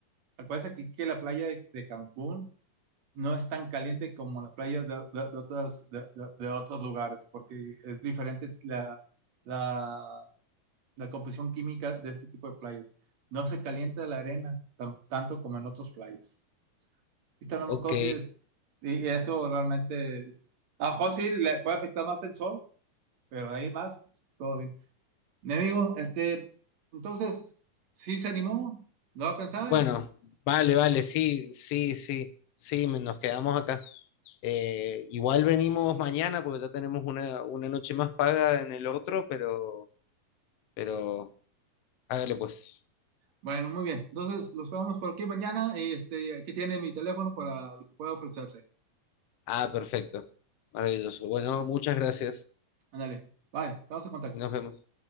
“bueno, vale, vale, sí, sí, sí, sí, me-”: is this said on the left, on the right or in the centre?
Left